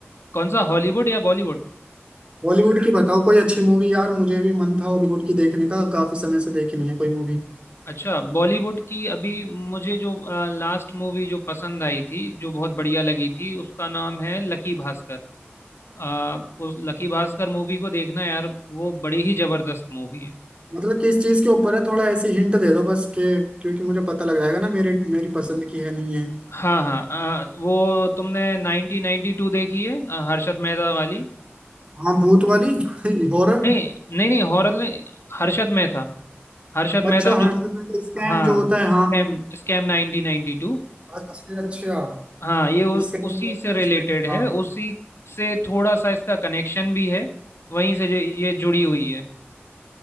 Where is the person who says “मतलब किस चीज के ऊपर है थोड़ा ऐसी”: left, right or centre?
Right